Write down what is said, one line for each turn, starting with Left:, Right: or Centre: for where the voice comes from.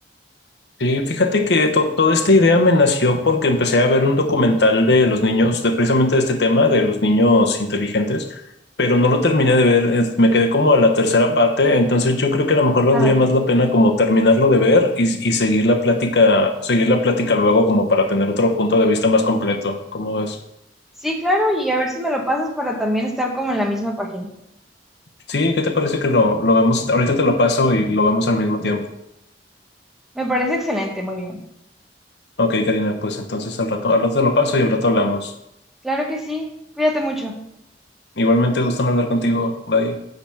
Left: sí, fíjate que to- toda esta idea me nació porque empecé a ver un documental de los niños, de precisamente de este tema, de los niños inteligentes, pero no lo terminé de ver, es- me quedé como a la tercera parte, entonces yo creo que a lo mejor valdría
Centre: Ah, ok.
Left: más la pena como terminarlo de ver y, y seguir la plática, seguir la plática luego como para tener otro punto de vista más completo. ¿Cómo ves?
Centre: Sí, claro, y a ver si me lo pasas para también estar como en la misma página.
Left: Sí, ¿qué te parece que lo, lo vemos? Ahorita te lo paso y lo vemos al mismo tiempo.
Centre: Me parece excelente, muy bien.
Left: Ok, Karina, pues entonces al rato, al rato te lo paso y al rato hablamos.
Centre: Claro que sí, cuídate mucho.
Left: Igualmente, gusto en hablar contigo. Bye.